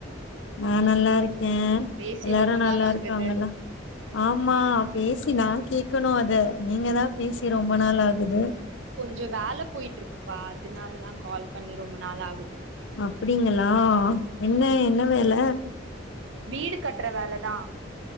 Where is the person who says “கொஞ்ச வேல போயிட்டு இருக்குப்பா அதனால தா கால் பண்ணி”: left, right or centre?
Right